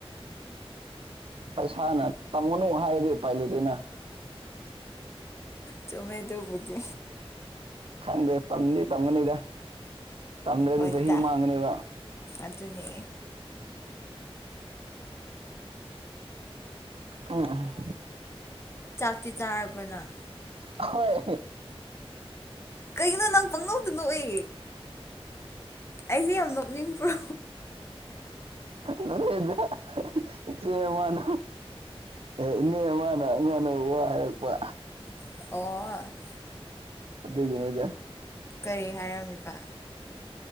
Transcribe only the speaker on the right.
ꯄꯩꯁꯥꯅ ꯇꯝꯒꯅꯨ ꯍꯥꯏꯔꯗꯤ ꯄꯥꯏꯂꯤꯗꯅ
ꯈꯪꯗꯦ ꯇꯝꯗꯤ ꯇꯝꯒꯅꯤꯗ ꯇꯝꯗ꯭ꯔꯗꯤ
ꯆꯍꯤ ꯃꯥꯡꯒꯅꯤꯕ
ꯑ
ꯍꯣꯏ
ꯅꯠꯇꯦꯗ ꯏꯆꯦ ꯑꯃꯅ ꯑꯦ ꯏꯅꯦ ꯃꯥꯅ ꯑꯩꯉꯣꯟꯗ ꯋꯥ ꯍꯥꯏꯔꯛꯄ
ꯑꯗꯨꯒꯤꯅꯤꯗ